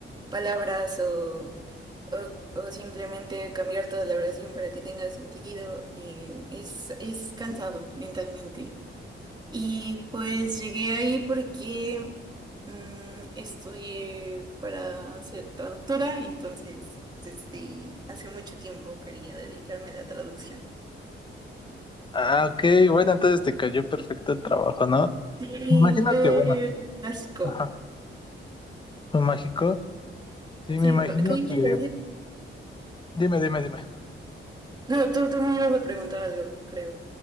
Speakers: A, on the right (about 20°); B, on the left (about 20°).
A: palabras o, o, o simplemente cambiar toda la oración para que tenga sentido. Y es, es cansado mentalmente. Y pues llegué ahí porque mm, estudié para ser traductora, entonces desde hace mucho tiempo quería dedicarme a la traducción.
B: Ah, ok, bueno, entonces te cayó perfecto el trabajo, ¿no?
A: Sí,
B: Me imagino
A: fue
B: que, bueno,
A: México.
B: ajá, fue mágico. Sí,
A: Sí,
B: me imagino
A: bro- ¿qué ibas
B: que,
A: a decir?
B: dime, dime, dime.
A: No, tú, tú me ibas a preguntar algo, creo.